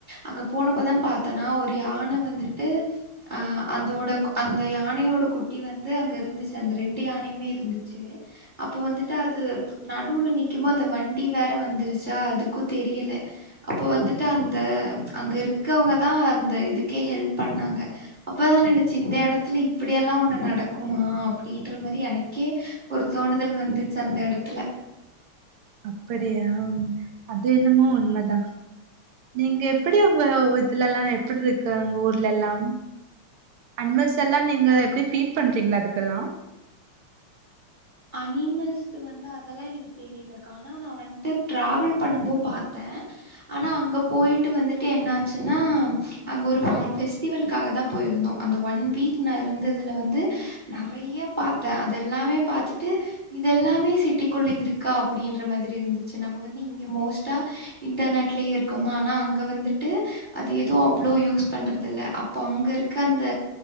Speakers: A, on the right (about 20°); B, on the right (about 85°).
A: அங்க போனப்பதா பாத்தனா ஒரு யான வந்துட்டு அ அந்தோடக் அந்த யானயோட குட்டி வந்து அங்க இருந்துச்சி அந்த ரெண்டு யானையுமே இருந்துச்சீ அப்பொ வந்துட் டு அது நடுவுல நிக்குமோ அந்த வண்டி வேற வந்துருச்சா அதுக்கூ தெரியலெ அப்பொ வந்துட்டு அந்த அங்க இருக்கவங்கதா அந்த இதுக்கே ஹெல்ப் பண்ணாங்க அப்பதா நெனச்சிந்த எடத்துல இப்டியெல்லா ஒண்ணு நடக்குமா அப்டின்ற மாரி எனக்கே ஒரு தோணுதல் வந்துச்சு அந்த எடத்துல
B: அப்படியா அது என்னமோ உண்மதா நீங்க எப்படி ஒங்கவ் இதுலல்லா எப்பிட்ருக்கு ஒங்க ஊர்லெல்லாம் அனிமல்ஸ் எல்லா நீங்க எப்டி ஃபீட் பண்றிங்ளா அதுக்கெல்லா
A: அனிமல்ஸ்து வந்து அதெல்லா எனக்கு தெரிலக் ஆனா நா வன்ட்டு ட்ராவல் பண்ணும்போ பாத்தே ஆனா அங்க போய்ட்டு வந்துட்டு என்னாச்சுன்னா அங்க ஒரு ஃபங் பெஸ்டிவல்க்காகதா பொயிருந்தோ அந்த ஒன் வீக் நா இருந்ததுல வந்து நெறையா பாத்தே அதெல்லாமே பாத்துட் டு இதெல்லாமே சிட்டிக்குள்ள இருக்கா அப்டின்ற மாதிரி இருந்துச்சு நம்ம வந்து இங்க மோஸ்ட்டா இன்டர்நெட்லயே இருக்கொமா ஆனா அங்க வந்துட்டு அது எதுவு அவ்ளோ யூஸ் பண்றதில்ல அப்பொ அங்க இருக்க அந்த